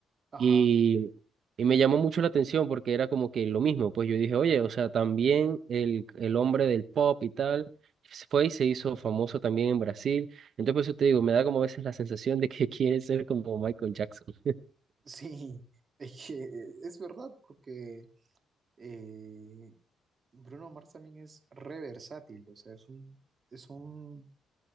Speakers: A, on the right (about 45°); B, on the right (about 60°).
A: Ajá,
B: Y,
A: <laughs>
B: y me llamó mucho la atención porque era como que lo mismo, pues yo dije, oye, o sea, también el, el hombre del pop y tal se fue y se hizo famoso también en Brasil. Entonces, por eso te digo, me da como a veces la sensación de que <laughs> quiere ser como Michael Jackson.
A: sí, es que eh, es verdad, porque eh, Bruno Mars también es re versátil, o sea, es un, es un